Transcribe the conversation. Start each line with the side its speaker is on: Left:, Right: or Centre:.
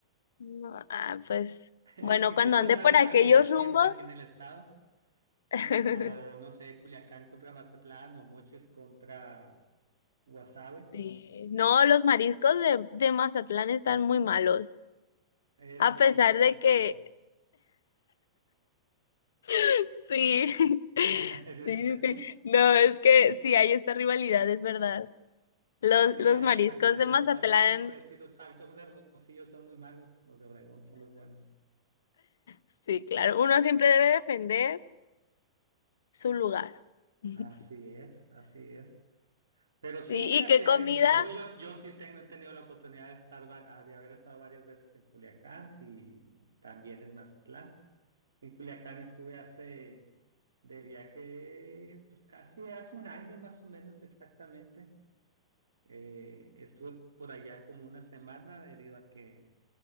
Left: No, ah, pues
Right: <laughs> Es
Left: bueno,
Right: que existe
Left: cuando ande
Right: una
Left: por
Right: rivalidad
Left: aquellos rumbos.
Right: siempre aquí en el estado, tipo,
Left: <laughs>
Right: no sé, Culiacán contra Mazatlán o Mochis contra Guasave.
Left: Sí. No, los mariscos de, de Mazatlán están muy malos,
Right: Eres
Left: a
Right: de
Left: pesar
Right: Culiacán
Left: de que
Right: entonces.
Left: <laughs> sí, <laughs>
Right: <laughs>
Left: sí, sí, sí. no, es que sí hay esta rivalidad, es verdad. Los,
Right: Sí,
Left: los
Right: hay
Left: mariscos
Right: rivalidad.
Left: de Mazatlán,
Right: Igual yo te puedo decir, los hot dogs de Hermosillo son muy malos, los de Obregón son los buenos.
Left: sí, claro, uno siempre debe defender su lugar. <laughs>
Right: Así es, así es. Pero
Left: Sí,
Right: sí, fíjate,
Left: ¿y qué comida?
Right: yo, yo, yo, yo sí tengo, he tenido la oportunidad de estar, va- de haber estado varias veces en Culiacán y también en Mazatlán. En Culiacán estuve hace de viaje, pues casi hace un año más o menos exactamente. Eh, estuve por allá como una semana debido a que